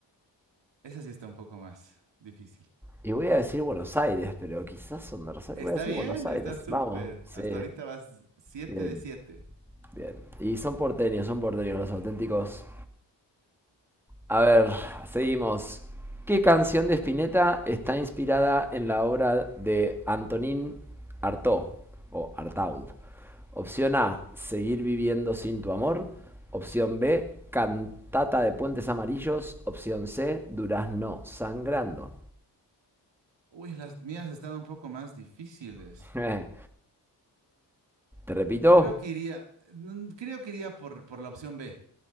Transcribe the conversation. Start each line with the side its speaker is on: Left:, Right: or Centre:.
Right: Esa sí está un poco más difícil.
Centre: Y voy a decir Buenos Aires, pero quizás son de Rosario.
Right: Está
Centre: Voy a decir
Right: bien,
Centre: Buenos Aires.
Right: está súper.
Centre: Vamos, sí.
Right: Hasta ahorita vas siete
Centre: Bien,
Right: de siete.
Centre: bien. Y son porteños, son porteños los auténticos. A ver, seguimos. ¿Qué canción de Spinetta está inspirada en la obra de Antonín Artaud o Artaud? Opción A, Seguir viviendo sin tu amor. Opción B, Cantata de Puentes Amarillos. Opción C, Durazno sangrando.
Right: Uy, las mías están un poco más difíciles.
Centre: <laughs> Te repito,
Right: Creo que iría, mm, creo que iría por, por la opción B.